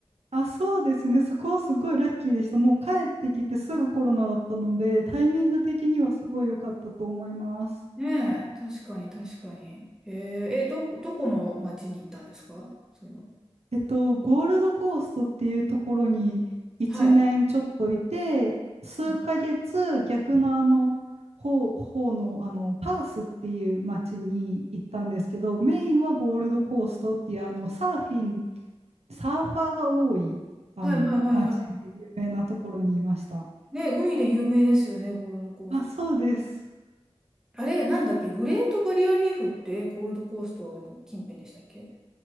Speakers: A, on the right; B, in the centre.
A: あ、そうですね。そこはすごいラッキーでした。もう帰ってきてすぐコロナだったのでタイミング的にはすごい良かったと思います。
B: ねえ、確かに確かに。へえー、え、ど、どこの町に行ったんですかそれは。
A: えっと、ゴールドコーストっていうところに1年ちょっといて、
B: はい。
A: 数ヶ月逆のあの方、
B: うん
A: 方の、あのパースっていう町に行ったんですけど、メインはゴールドコーストっていうあのサーフィン、サーファーが多いあの町で有名なところにいました。
B: はいはいはいはい。ね、海で有名ですよね、ゴールドコースト。
A: あ、そうです。
B: あれ、なんだっけ、グレートバリアリーフってゴールドコーストの近辺でしたっけ